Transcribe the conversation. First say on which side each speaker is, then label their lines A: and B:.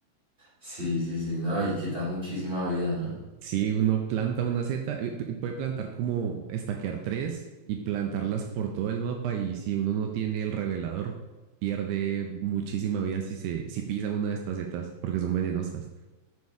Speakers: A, on the right; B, on the right.
A: Sí, sí, sí, no, y quita muchísima vida, ¿no?
B: Si uno planta una zeta, eh, pu- puede plantar como estaquear tres y plantarlas por todo el mapa y si uno no tiene el revelador, pierde muchísima vida si se, si pisa una de estas zetas porque son venenosas.